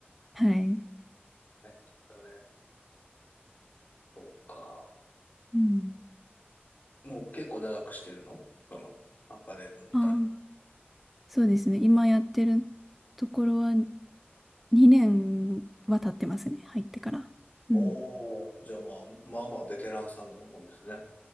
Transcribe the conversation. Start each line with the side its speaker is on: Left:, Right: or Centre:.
Centre: はい。
Left: ね、きっとね。そうか。
Centre: うん。
Left: もう結構長くしてるのその、アパレルの店。
Centre: ああ、そうですね。今やってるところは2年は経ってますね。入ってから。うん。
Left: おー、じゃあまあ、まあまあ、ベテランさんでの方ですね。